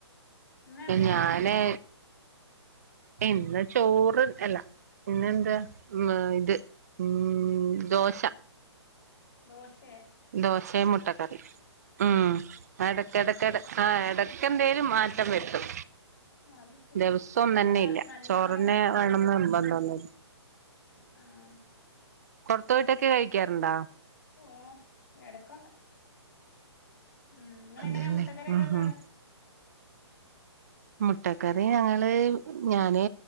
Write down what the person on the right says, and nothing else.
ഞാന്
ഇന്ന് ചോറ് അല്ല പിന്നെ എന്താ മ ഇത് ഉം ദോശ
ദോശയും മുട്ടക്കറി ഉം എടയക്ക ടക്കട ആ എടക് ക്കന്തേലും മാറ്റം വര്തും
ദിവസം
ഒന്നന്നെ
ഇല്ല
ചോറെന്നെ വേണംന്ന് നിർബ ആന്നെ
കൊറത്തോട്ട് കഴിക്കാറുണ്ടോ
അതന്നെ
ഉം
ഉം മുട്ടക്കറി ഞങ്ങള് ഞാന്